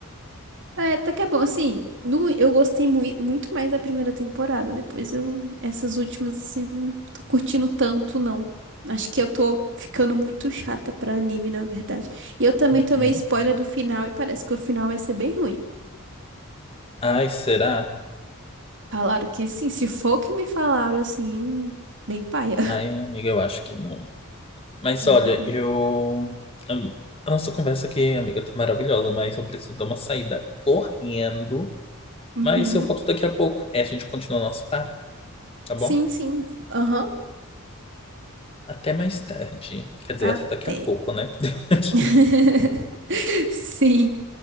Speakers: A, on the right (about 55°); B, on the left (about 25°).
A: É, até que é bom. Assim, no, eu gostei mui- muito mais da primeira temporada. Depois eu. Essas últimas, assim, não tô curtindo tanto, não. Acho que eu tô ficando muito chata pra anime, na verdade. E eu também
B: Uhum.
A: tomei spoiler do final e parece que o final vai ser bem ruim.
B: Ai, será?
A: Falaram que sim, se for o que me falaram, assim, bem paia.
B: Ai, amiga, eu acho que não. Mas
A: <laughs>
B: olha,
A: Vamos.
B: eu. eu- A nossa conversa aqui, amiga, tá maravilhosa, mas eu preciso dar uma saída correndo.
A: Uhum.
B: Mas eu volto daqui a pouco. É, a gente continua nosso papo, tá bom?
A: Sim, sim. Aham.
B: Até mais tarde. Quer dizer,
A: Até.
B: até daqui a pouco, né? <laughs>
A: <laughs> Sim.